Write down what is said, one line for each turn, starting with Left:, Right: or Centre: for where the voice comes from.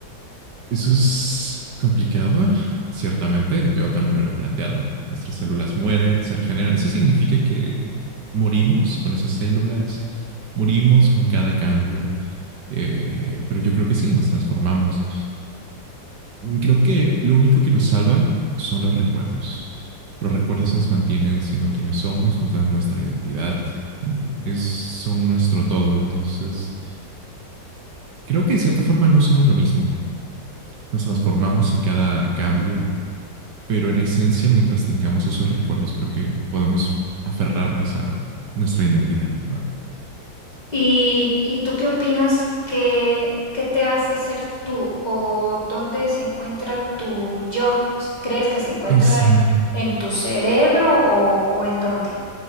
Right: Eso es complicado, ciertamente. Yo también me lo he planteado. Nuestras células mueren, se regeneran. Eso significa que morimos con esas células, morimos con cada cambio. Eh, pero yo creo que sí, nos transformamos. Creo que lo único que nos salva son los recuerdos. Los recuerdos nos mantienen siendo quienes somos, nos dan nuestra identidad, es, son nuestro todo. Entonces, creo que de cierta forma no somos lo mismo. Nos transformamos en cada cambio, pero en esencia, mientras tengamos esos recuerdos, creo que podemos aferrarnos a nuestra identidad, ¿no?
Left: ¿Y, y tú qué opinas? ¿Qué, qué te hace ser tú o dónde se encuentra tu yo? ¿Crees que se encuentra
Right: Esa,
Left: en, en tu cerebro o, o en dónde?